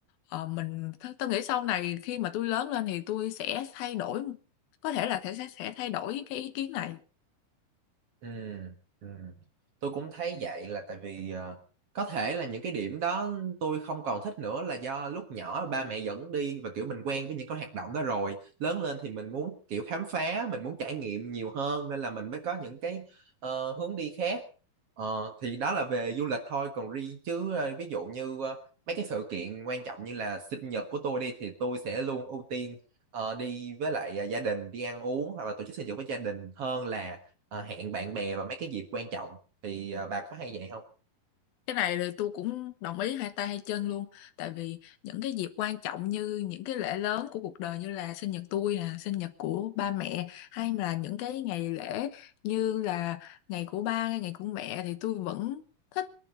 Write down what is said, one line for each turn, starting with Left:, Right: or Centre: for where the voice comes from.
Left: ờ, mình t tui nghĩ sau này khi mà tôi lớn lên thì tôi sẽ thay đổi có thể là thể sẽ sẽ thay đổi cái ý kiến này.
Right: Ừm, ừm. Tôi cũng thấy vậy là tại vì, ờ, có thể là những cái điểm đó tôi không còn thích nữa là do lúc nhỏ ba mẹ dẫn đi và, kiểu, mình quen với những cái hoạt động đó rồi. Lớn lên thì mình muốn, kiểu, khám phá, mình muốn trải nghiệm nhiều hơn nên là mình mới có những cái, ờ, hướng đi khác. Ờ, thì đó là về du lịch thôi, còn riêng chứ, ơ, ví dụ như, ơ, mấy cái sự kiện quan trọng như là sinh nhật của tôi đi thì tôi sẽ luôn ưu tiên, ờ, đi với lại, à, gia đình, đi ăn uống hoặc là tổ chức sinh nhật với gia đình hơn là Ờ, hẹn bạn bè vào mấy cái dịp quan trọng thì, ờ, bà có hay vậy hông?
Left: Cái này là tôi cũng đồng ý hai tay hai chân luôn, tại vì những cái dịp quan trọng như những cái lễ lớn của cuộc đời như là sinh nhật tôi nè, sinh nhật của ba mẹ, hay là những cái ngày lễ như là ngày của ba, ngày của mẹ thì tôi vẫn thích,